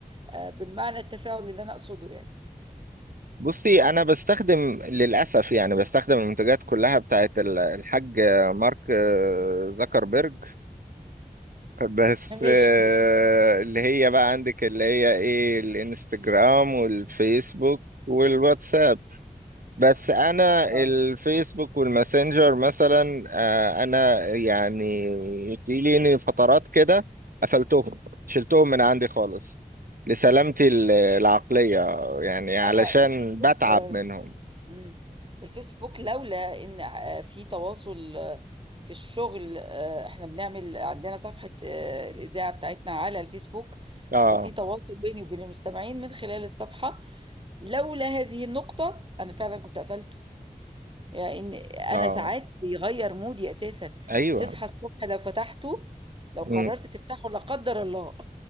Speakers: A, on the right; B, on the right.
A: آه، بالمعنى التفاعلي اللي انا اقصده يعني
B: بصي انا بستخدم للاسف يعني بستخدم المنتجات كلها بتاعت ال- الحاج مارك آه، زكربرج بس
A: <laughs> ماشي
B: آه،
A: ماشي
B: اللي هي بقى عندك اللي هي ايه الانستجرام والفيسبوك والواتساب بس انا
A: اه
B: الفيسبوك والماسنجر مثلا آه، انا يعني تجيلي فترات كده قفلتهم شلتهم من عندي خالص لسلامتي ال- العقلية يعني علشان
A: انا الفيسبوك
B: بتعب
A: آه،
B: منهم
A: مم. الفيسبوك لولا ان آه، في تواصل آه، في الشغل آه، احنا بنعمل عندنا صفحة آه، الإذاعة بتاعتنا على الفيسبوك
B: اه
A: ففي تواصل بيني وبين المستمعين من خلال الصفحة لولا هذه النقطة أنا فعلا كنت قفلته يعني إن
B: اه
A: أنا ساعات بيغير مودي أساسا
B: ايوه
A: تصحى الصبح لو فتحته لو قررت
B: مم،
A: تفتحه لا قدر الله